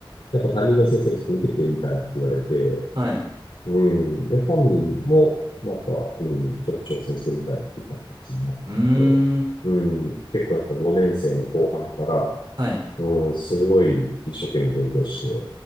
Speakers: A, on the left (about 70°); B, on the right (about 55°).
A: やっぱ担任の先生にちょっと受けてみたらって言われて、
B: はい。
A: うん。で、本人も、なんか、うん、ちょっと挑戦してみたいっていう形になったんで、
B: うーん。
A: うん、結構やっぱ5年生の後半から、
B: はい。
A: うん、すごい一生懸命勉強して、